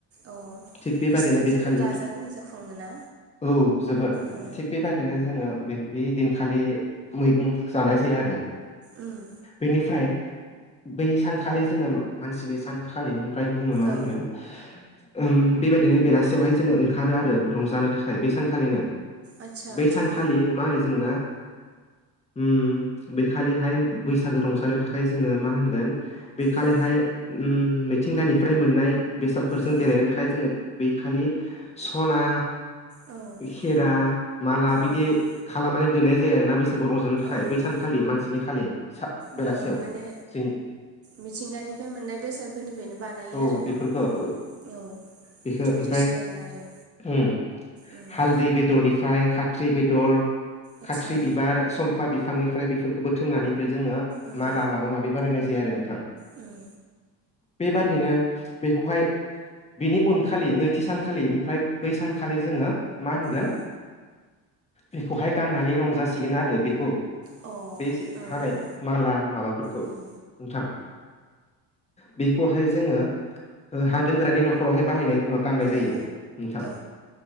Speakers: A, on the right (about 35°); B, on the left (about 15°).
A: अ
B: थिग बेबादिनो
A: नोंसिना
B: बेखालि
A: जोबोर गाजा गोमजा खुङोना
B: औ जोबोर
A: औ
B: थिग बेबा बिदिनो जोङो बे बे दिनखालि मैगं जानाय जायो आरो।
A: उम
B: बेनिफ्राय बै सानखालि जोङो मानसिनि सान खालि ओमफ्राय जोङो मा होनगोन।
A: औ
B: उम बेबायदिनो बेलासियावहाय जोङो ओंखारो आरो रंजानो थाखाय बेै सानखालिनो।
A: आदसा
B: बै
A: आदसा
B: सानखालि मा होनो जोंना उम बे खालिहाय बैसागो रंजानो थाखाय जोङो मा होनगोन बे खालिहाय
A: औ
B: उम मिथिंगानिफ्राय मोननाय बेसादफोरजों
A: औ
B: देलायनो थाखाय जोङो बेै खालि सना
A: औ
B: खेरा माला बिदि
A: औ
B: खालामनानै दोननाय जायो आरोना बैसागु रंजानो थाखाय
A: औ
B: बैसानखालि मानसिनि खालि। सा बेलासियाव
A: उम माने
B: जों
A: मिथिंगानिफ्राय मोननाय बेसादफोरनिफ्रायनो बानायो
B: औ
A: आरोना
B: बेफोरखौ ओ
A: औ।
B: बेखौ
A: ट्रेडिसनेल
B: ओमफ्राय
A: आरो।
B: उम
A: उम
B: हालदै बेदरनि फ्राय खाथ्रि बेदर
A: आदसा
B: खाथ्रि बिबार सम्फा बिफांनिफ्राय बेफोरखौ बोथुमनानै ओमफ्राय जोङो
A: उम
B: माला माबा माबि बानायनाय जायो आरो नों
A: उम।
B: बेबादिनो बेखौहाय बिनि उनखालि नैथि सानखालि ओमफ्राय बै सानखालि जोङो मा होनगोन
A: औ
B: बेखौहाय गाननानै रंजासिगोन आरो बेखौ
A: अ।
B: बे हानाय
A: औ
B: माला माबाफोरखौ।
A: उम
B: नोंथां बेखौहाय जोङो ओ हा दोनग्रानि न'खरावहाय बाहायनो गाननाय
A: बे
B: जायो नोंथां
A: ओ